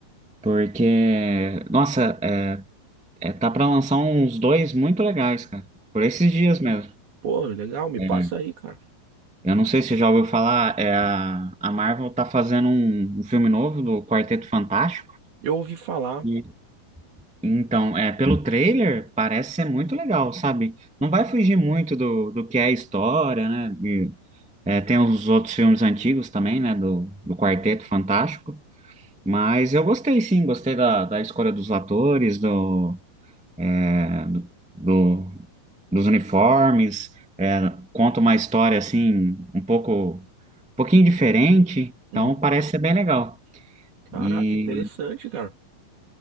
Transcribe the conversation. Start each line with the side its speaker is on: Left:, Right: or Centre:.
Centre: Porque, nossa, é, é, tá pra lançar uns dois muito legais, cara. Por esses dias mesmo.
Right: Pô, legal, me
Centre: É.
Right: passa aí, cara.
Centre: Eu não sei se você já ouviu falar, é a, a Marvel tá fazendo um, um filme novo do Quarteto Fantástico.
Right: Eu ouvi falar.
Centre: E, então, é, pelo trailer, parece ser muito legal, sabe? Não vai fugir muito do, do que é a história, né? E, é, tem os outros filmes antigos também, né? Do, do Quarteto Fantástico. Mas eu gostei sim, gostei da, da escolha dos atores, do, é, do, dos uniformes, é, conta uma história assim, um pouco, um pouquinho diferente, então
Right: Hum,
Centre: parece ser bem legal.
Right: Caraca,
Centre: E,
Right: interessante, cara.